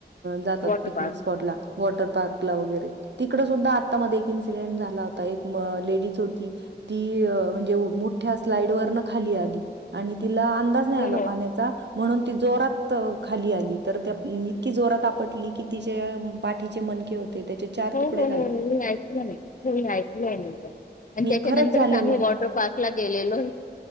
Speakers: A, on the right; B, on the left.
A: जातात
B: वॉटर
A: पिकनिक
B: पार्क
A: स्पॉटला वॉटर पार्क वगैरे तिकडे सुद्धा आता मध्ये इसिडेंट झाला होता एक लेडीज होती ती म्हणजे मोठ्या साईड वर अन् खाली आली आणि तिला अंदाज नाही
B: हो
A: आला
B: हो
A: पाण्याचा म्हणून ती जोरात खाली आली तर त्या इतकी जोरात आपटली की तिचे बाठीचे मनके होते ते त्याचे चार
B: हो
A: तुकडे
B: हो
A: झाले.
B: हो मी ऐकलं नाही हो ऐकलंय आणि त्याच्या
A: खरंच
B: नंतरच
A: झालेलं
B: आम्ही वॉटर पार्क ला गेलेलो आहे.